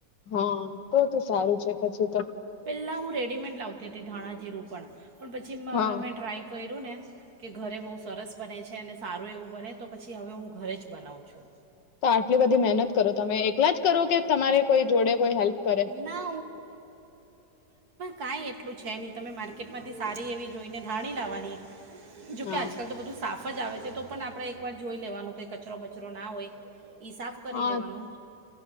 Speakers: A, on the left; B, on the right.
A: હા તો તો સારું છે પછી તો.
B: પહેલાં હું રેડીમેડ લાવતી હતી ધાણા જીરું પણ. પણ પછી
A: હા
B: મેં ટ્રાય ક કર્યું ને કે ઘરે બહુ સરસ બને છે અને સારું એવું બને તો પછી હવે હું. ઘરે જ બનાવું છું
A: તો આટલી બધી મહેનત કરો તમે એલા જ કરો કે તમારે કોઈ જોડે કોઈ હેલ્પ કરે
B: ના કાઈ એટલું છે નહી તમે માર્કેટમાંથી સારી એવી જોઈને ધાણી લાવવાની જોકે
A: હા
B: અજ કલ તો બધું સાફ <unintelligible> જ આવે છે તો પણ આપડણે એક વાર જોઈ લેવાનું <unintelligible> કોઈ કચરો બચરો ના હોય. ઈ સાફ કરી
A: હા
B: લેવાનું